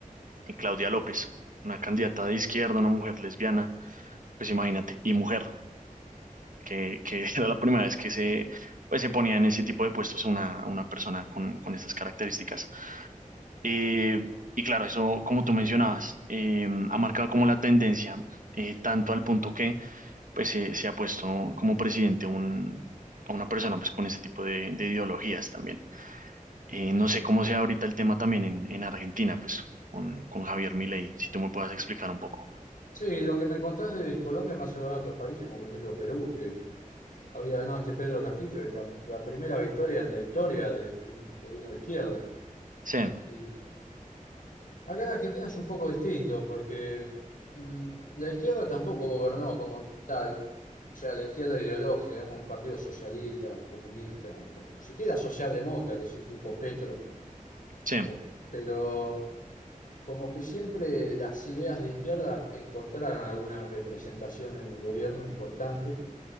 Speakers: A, on the right; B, on the left.
A: eh, Claudia López, una candidata de izquierda, una mujer lesbiana, pues imagínate, y mujer, que, que <laughs> era la primera vez que se, pues, se ponía en ese tipo de puestos una, una persona con, con estas características. Eh, y claro, eso, como tú mencionabas, eh, ha marcado como la tendencia, eh, tanto al punto que pues se, se ha puesto como presidente un, a una persona pues con este tipo de, de ideologías también. Eh, no sé cómo sea ahorita el tema también en, en Argentina, pues con, con Javier Milei, si tú me puedas explicar un poco.
B: Sí, lo que me contás de Colombia me ha llevado a otros países, como por ejemplo Perú, que había ganado este Pedro Castillo, y la, la primera victoria en la historia de, de un gobierno de izquierda.
A: Sí,
B: Y Acá en Argentina es un poco distinto porque mm, la izquierda tampoco gobernó como tal, o sea, la izquierda ideológica, digamos, un partido socialista, comunista, o siquiera socialdemócrata, así tipo Petro,
A: sí,
B: o- pero como que siempre las ideas de izquierda encontraron alguna representación en el gobierno importante